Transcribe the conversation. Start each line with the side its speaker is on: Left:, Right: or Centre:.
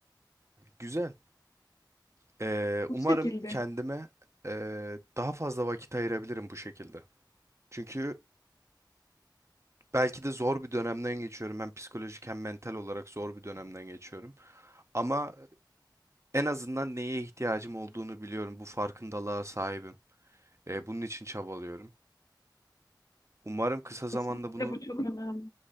Right: Güzel. Ee,
Left: Bu
Right: umarım
Left: şekilde.
Right: kendime e, daha fazla vakit ayırabilirim bu şekilde. Çünkü belki de zor bir dönemden geçiyorum. Hem psikolojik hem mental olarak zor bir dönemden geçiyorum. Ama en azından neye ihtiyacım olduğunu biliyorum. Bu farkındalığa sahibim. E, bunun için çabalıyorum. Umarım kısa zamanda
Left: Kesinlikle
Right: bunu
Left: bu çok önemli.